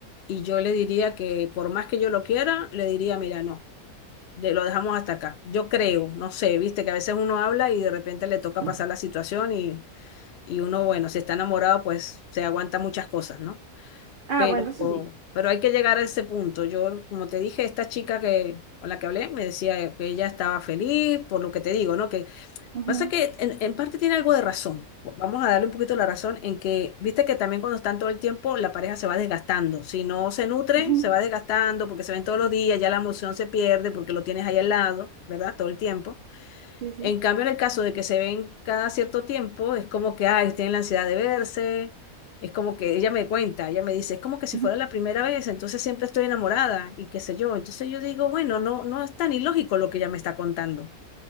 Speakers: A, on the left; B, on the right.
A: y yo le diría que por más que yo lo quiera, le diría, mira, no, de- lo dejamos hasta acá. Yo creo, no sé, viste que a veces uno habla y de repente le toca
B: ujú.
A: pasar la situación y, y uno, bueno, si está enamorado, pues se aguanta muchas cosas, ¿no?
B: Ah,
A: Pero,
B: bueno, eso sí.
A: pero hay que llegar a ese punto. Yo, como te dije, esta chica que, con la que hablé me decía que ella estaba feliz por lo que te digo, ¿no? Que
B: ujú,
A: pasa que en, en parte tiene algo de razón. Vamos a darle un poquito la razón en que, viste que también cuando están todo el tiempo, la pareja se va desgastando. Si no se nutre,
B: ujú,
A: se va desgastando porque se ven todos los días, ya la emoción se pierde porque lo tienes ahí al lado, ¿verdad? Todo el tiempo.
B: Sí, sí.
A: En cambio, en el caso de que se ven cada cierto tiempo, es como que, ay, tienen la ansiedad de verse, es como que ella me cuenta, ella me dice, es como que si
B: ujú.
A: fuera la primera vez, entonces siempre estoy enamorada y qué sé yo. Entonces yo digo, bueno, no, no es tan ilógico lo que ella me está contando,